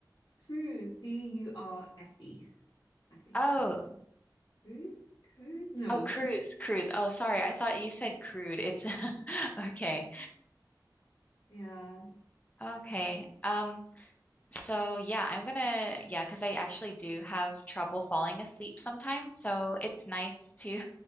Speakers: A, on the left (about 80°); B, on the left (about 20°).
A: Cruise, C U R S E. I think
B: Oh,
A: Cruise, Cruise. No,
B: oh, Cruise, Cruise. Oh, sorry. I thought you said Crude. It's <laughs> okay.
A: yeah.
B: Okay. Um, So yeah, I'm gonna yeah, because I actually do have trouble falling asleep sometimes. So it's nice to